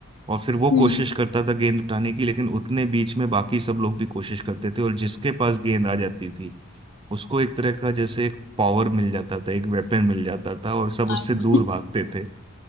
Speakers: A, on the right; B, on the left.
A: और फिर वो
B: हम्म
A: कोशिश करता था गेंद उठाने की लेकिन उतने बीच में बाकी सब लोग भी कोशिश करते थे और जिसके पास गेंद आ जाती थी उसको एक तरह का जैसे एक पावर मिल जाता था एक वेपन मिल जाता था और सब उससे
B: और- <laughs>
A: दूर भागते थे